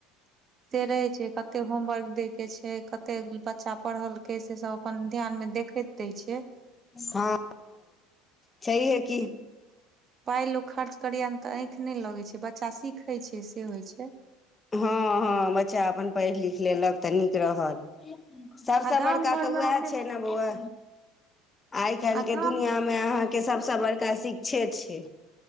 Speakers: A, on the right (about 35°); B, on the left (about 25°).
A: से रहै छै कतेक होमवर्क देय के छै कतेक बच्चा पढ़लकै से सभ अपन ध्यान में देखैत दयि छिय
B: हँ छहिए कि
A: पाइ लोक खर्च करैय ने तऽ आँखि नहि लगै छै बच्चा सिखे छै से होइ छै
B: हँ हँ बच्चा अपन पढ़ि लिख लेलक तऽ निक रहल सबसे
A: आ गाम
B: बड़का
A: घर
B: तऽ
A: मे
B: उएह
A: अहाँके
B: छै ने बोआ आइ काल्हि
A: आ
B: के
A: गाम
B: दुनिया मे अहाँके सबसे बड़का शिक्षे छै